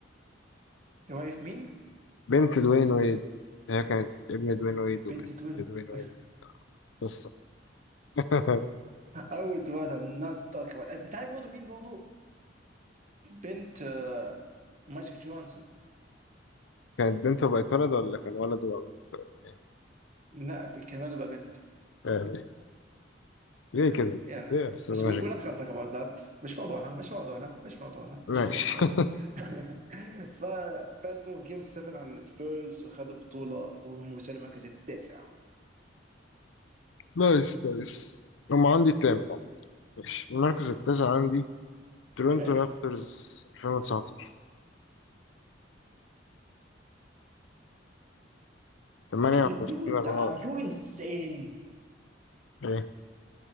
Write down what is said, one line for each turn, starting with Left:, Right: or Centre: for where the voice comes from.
Right: واقف مين؟
Left: بنت دوين ويد هي كانت ابن دوين ويد وبقت
Right: بنت دوين
Left: بنت دوين ويد
Right: <laughs>
Left: قصه <laughs>
Right: او دوين نوت توك <laughs> about- انت عارف برضه مين برضه بنت آه، ماجيك جونسون
Left: كانت بنت وبقت ولد ولا كان ولد وبقى بنت ولا ايه
Right: لا بي- كان برضه بقى بنت
Left: آه، ليه ليه كده
Right: Yeah.
Left: ليه يا استاذ
Right: بس
Left: ماجيك
Right: we- we're not gonna talk about that مش موضوعنا مش موضوعنا مش موضوعنا
Left: ماشي
Right: مش موضوعنا خالص
Left: <laughs>
Right: <laughs> ففازوا في جيم 7 على السبيرز وخدوا بطولة وهم بيسألوا المركز التاسع
Left: نايس نايس هم عندي التامن عامة. ماشي المركز التاسع عندي تورنتو
Right: ماشي
Left: رابترز 2019 58
Right: دود دود
Left: 24
Right: are you insane
Left: ايه